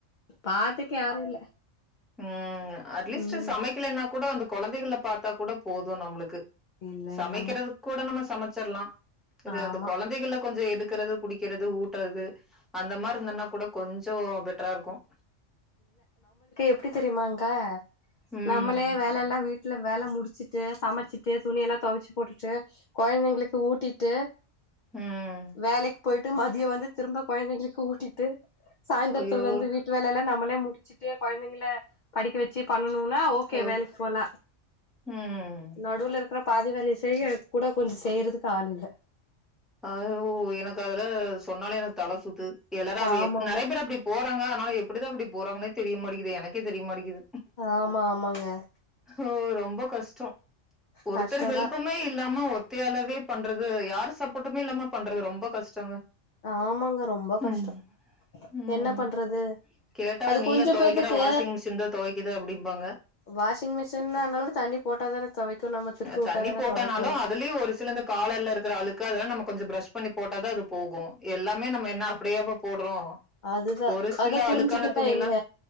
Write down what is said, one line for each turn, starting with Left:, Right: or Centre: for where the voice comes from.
Left: பாத்துக்க யாரும் இல்ல
Centre: உம் அட்லீஸ்ட்
Left: ம்
Centre: சமைக்கலனா கூட அந்த குழந்தைகளை பார்த்தா கூட போதும் நம்மளுக்கு
Left: இல்ல
Centre: சமைக்கறது
Left: இல்லங்க
Centre: கூட நம்ம சமச்ச ச்சர்லாம்
Left: ஆமா
Centre: அந்த குழந்தைகள் கொஞ்சம் எடுக்கறது புடிக்கிறது ஊட்டுறது அந்த மாதிரி இருந்தன்னா கூட கொஞ்சம் பெட்டரா இருக்கும்
Left: எப்படி தெரியுமாங்கா
Centre: ம்
Left: நம்மளே வேலை எல்லாம் வீட்டு வீட்டுல வேலை முடிச்சிட்டு சமைச்சிட்டு துணிய எல்லாம் துவச்சு போட்டுட்டு குழந்தைங்களுக்கு ஊட்டிட்டு
Centre: ம்
Left: வேலைக்கு போயிட்டு மதியம் வந்து திரும்ப குழந்தைங்களுக்கு ஊட்டிட்டு சாயந்திரத்து
Centre: ஐயோ
Left: வந்து வீட்டு வேலைையல்லாம் நம் நம்மலே முடிச்சுட்டு குழந்தைங்களை படிக்க வச்சு ணும்னா ஓகே
Centre: ஓ
Left: வேலைக்கு போலாம்
Centre: ம்
Left: நடுவுல இருக்கிற பாதி வேலை செய்ய கூட கொஞ்சம் செய்யறதுக்கு ஆள் இல்லை
Centre: அஹ ஓ எனக்கு அதுல சொன்னாலே எனக்கு தலை சுத்து எல்லாரா
Left: ஆமா
Centre: எப்படி
Left: ஆமா
Centre: நிறைய பேர் அப்படி போறாங்க ஆனா எப்படிதான் அப்படி போறங்கன்னே தெரியமாடிக்குது எனக்கே தெரியமாடிக்குது
Left: ஆமா ஆமாங்க
Centre: ஓ! ரொம்ப கஷ்டம் ஒருத்தர்
Left: கஷ்டோதா
Centre: ஹெல்புமே இல்லாம ஒரு ஒத்தயாலாவே பண்றது யார் சப்ப ட்டுமே மட்டுமே இல்லாம பண்றது ரொம்ப கஷ்டங்க
Left: ஆமாங்க ரொம்ப கஷ்டம்
Centre: ம். ம்.
Left: என்ன பண்றது
Centre: கேட்டா
Left: அது
Centre: நீயா
Left: கொஞ்சம்
Centre: துவைக்கிற?
Left: பேத்துக்கு
Centre: வாஷிங் மிஷின் தான் துவைக்குது அப்படிம்பாங்க.
Left: வாஷிங் மிஷின்னாலும் தனி போட்டாதான தொவைக்கு நம்ம திருப்பி வுட்டாதான
Centre: தண்ணி போட்டானாலும்
Left: தொவைக்கு
Centre: அதுலயும் ஒரு சிலந்த காலர்ல இருக்கிற அழுக்கு அதெல்லாம் நம்ம கொஞ்ச பிரஷ் பண்ணி போட்டாதா அது போகும் எல்லாமே நம்ம என்ன அப்படியாவ போடுறோம்
Left: அதுதான்
Centre: ஒரு சில
Left: அத புரிஞ்சுகிட்டேன்
Centre: அழுக்கான துணிலா
Left: எங்க